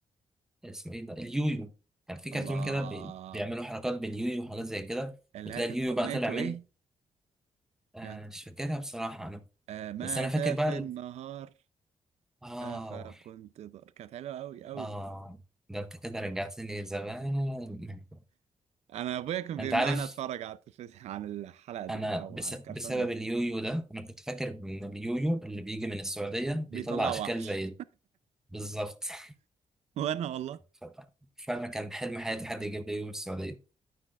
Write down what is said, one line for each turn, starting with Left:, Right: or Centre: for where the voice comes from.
Centre: اسمه ايه ده اليويو كان في كرتون
Right: الله
Centre: كده بي... بيعملوا حركات باليويو وحاجات زي كده
Right: اللي
Centre: وتلاقي
Right: هي كانت
Centre: اليويو
Right: اغنيته
Centre: بقى طلع منه
Right: ايه
Centre: آه
Right: كانت
Centre: مش فاكرها بصراحة أنا
Right: آه ماذا
Centre: بس أنا فاكر بقى
Right: في
Centre: ال...
Right: النهار
Centre: آه
Right: افكنت ضار كانت حلوه قوي قوي
Centre: آه ده أنت كده رجعتني زمان
Right: انا ابويا كان بيمنعني
Centre: أنت عارف
Right: اتفرج على التلفزيون على الحلقه دي
Centre: أنا
Right: او
Centre: بس...
Right: على
Centre: بسبب
Right: الكرتون ده
Centre: اليويو ده أنا كنت فاكر إن اليويو اللي بيجي من السعودية بيطلع
Right: بيطلع
Centre: أشكال
Right: وحش
Centre: زي بالظبط <laughs>
Right: <laughs> وانا والله
Centre: ف- فعلا كان حلم حياتي حد يجيب لي يويو من السعودية